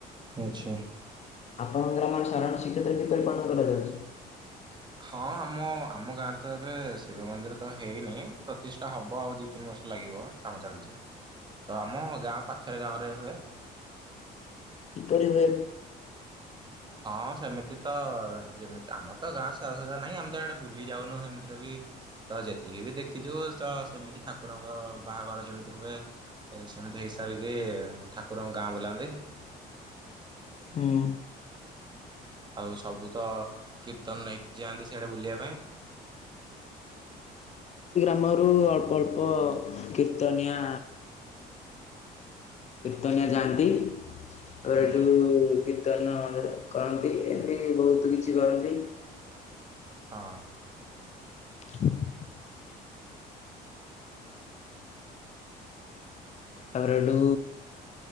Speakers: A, on the right (about 25°); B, on the left (about 40°).
A: ଆଚ୍ଛା।
B: ଆପଣଙ୍କ ଗ୍ରାମରେ ସାଧାରଣ ଶ୍ରୀ୍ଷେତ୍ର କିପରି ପାଳନ କରାଯାଉଛି?
A: ହଁ ଆମ ଆମ ଗାଁରେ ତ ଏବେ ଶିବ ମନ୍ଦିର ତ ହେଇନି ପ୍ରତିଷ୍ଠା ହବ ଆଉ ଦିଇ ତିନି ବର୍ଷ ଲାଗିବ କାମ ଚାଲିଛି ତ ଆମ ଗାଁ ପାଖରେ ଗାଁରେ ହୁଏ।
B: କିପରି ଭଏ
A: ହଁ ସେମିତି ତ ଯେମିତି ଆମର ତ ଗାଁ ସାରାସଜୁରା ନାହିଁ ଆମେ ତ ସେଆଡେ ବୁଲି ଯାଉନୁ ସେମିତିରେ ବି ତ ଯେତିକି ବି ଦେଖିଛୁ ତ ସେମିତି ଠାକୁରଙ୍କ ବାହାଘର ଯେମିତି ହୁଏ ସେମିତି ହେଇସାରିକି ଠାକୁରଙ୍କ ଗାଁ ବୁଲାନ୍ତି।
B: ହୁଁ।
A: ଆଉ ସବୁ ତ କୀର୍ତ୍ତନ ନେଇକି ଯାଆନ୍ତି ସେଇଆଟା ବୁଲିବା ପାଇଁ।
B: ଆମର ଅଳ୍ପ ଅଳ୍ପ କୀର୍ତ୍ତନଆ କ୍ରିତୋନିଆ ଗାଧି ଆରଠୁ
A: ହୁଁ
B: ସେଦିନ ଯଦି କରନ୍ତି ଏମିତି ବହୁତ କିଛି କରନ୍ତି।
A: ହଁ।
B: <unintelligible> ତାପରେ ଏଠୁ